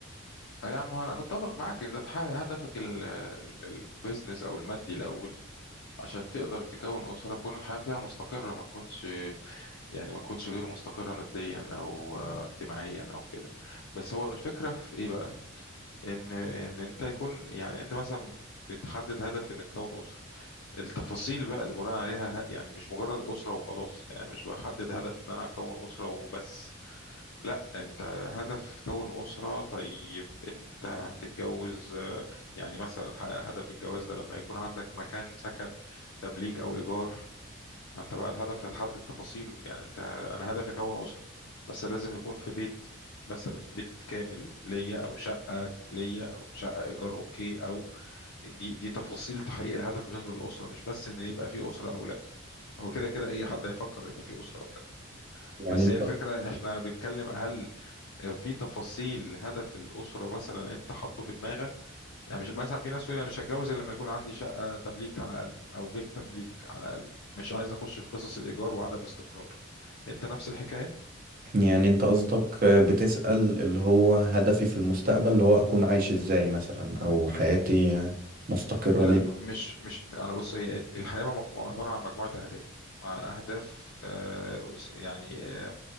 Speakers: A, on the left; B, on the right.
A: اه يا عم انا متفق معاك ان ده تحقق هدفك ال- ال- البيزنس او المادي الاول عشان تقدر تكون أسرة تكون الحياة فيها مستقرة ما تكونش يعني ما تكونش غير مستقرة ماديا أو آه، اجتماعيا أو كده بس هو الفكرة في إيه بقى إن إن أنت يكون يعني أنت مثلا بتحدد هدف إن تكون أسرة التفاصيل بقى اللي بناء عليها ه- يعني مش مجرد أسرة وخلاص يعني أنا مش بحدد هدف إن أنا هكون أسرة وبس لا انت هدف تكون أسرة طيب انت هتتجوز آه، يعني مثلا ه- هدف الجواز ده لما يكون عندك مكان سكن تمليك او ايجار ما انت بقى الهدف هتحدد تفاصيله يعني انت انا هدفي اكون اسره بس لازم يكون في بيت مثلا بيت كامل ليا او شقه ليا او شقه ايجار اوكي او دي دي تفاصيل تحقيق الهدف بالنسبه للاسره مش بس ان يبقى في اسره او لا هو كده كده اي حد هيفكر يبقى في اسره او لا
B: يعني
A: بس
B: انت
A: هي الفكره احنا بنتكلم هل آه، في تفاصيل هدف الأسرة مثلا أنت حاطه في دماغك يعني مش مثلا في ناس تقول أنا مش هتجوز إلا لما يكون عندي شقة تمليك على الأقل أو بيت تمليك على الأقل مش عايز أخش في قصص الإيجار وعدم الاستقرار أنت نفس الحكاية؟
B: يعني انت قصدك آه، بتسال اللي هو هدفي في المستقبل اللي هو اكون عايش ازاي مثلا او حياتي آه، مستقره
A: لا
B: ليه
A: مش مش أنا بص هي الحياة مجموعة عبارة عن مجموعة أهداف مع أهداف آه، أس- يعني آه،